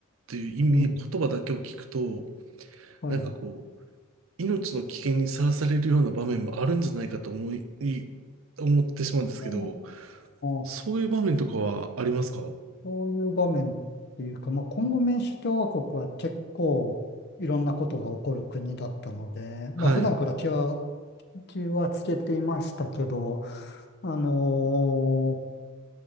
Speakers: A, on the right; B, on the left.
A: ていう意味、
B: うん、
A: 言葉だけを聞くと、
B: はい。
A: なんかこう、命の危険にさらされるような場面もあるんじゃないかと思い、い思ってしまうんですけど、
B: お
A: そういう場面とかはありますか
B: ーそういう場面っていうか、まあ、コンゴ民主共和国は結構いろんなことが起こる国だったので、
A: はい。
B: まあ、普段から気は、気はつけていましたけど、あのー